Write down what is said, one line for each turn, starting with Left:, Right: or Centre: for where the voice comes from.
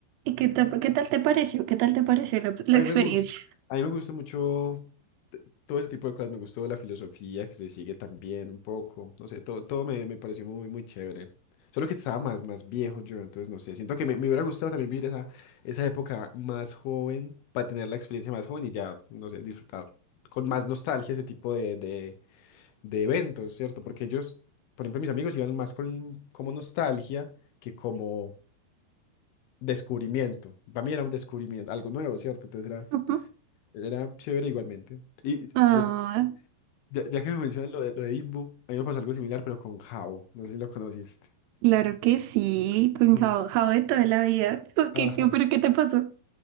Right: ¿Y qué tal, qué tal te pareció? ¿Qué tal te pareció la, la
Left: A
Right: experiencia?
Left: mí me gusta, a mí me gusta mucho t- todo ese tipo de cosas. Me gustó la filosofía que se sigue también un poco. No sé, todo, todo me, me pareció muy, muy chévere. Solo que estaba más, más viejo yo, entonces no sé. Siento que me, me hubiera gustado también vivir esa, esa época más joven para tener la experiencia más joven y ya, no sé, disfrutar con más nostalgia ese tipo de, de, de eventos, ¿cierto? Porque ellos, por ejemplo, mis amigos iban más con como nostalgia que como descubrimiento. Para mí era un descubrimiento, algo nuevo, ¿cierto? Entonces era.
Right: Ujú.
Left: Era chévere igualmente. Y
Right: Ah,
Left: bueno, ya, ya que me mencionas lo de, lo de Imbu, a mí me pasó algo similar, pero con Jabo. No sé si lo conociste.
Right: claro que sí, con
Left: Sí.
Right: Jao, Jao de toda la vida. ¿Por
Left: Ajá.
Right: ¿Qué, qué- pero qué te pasó?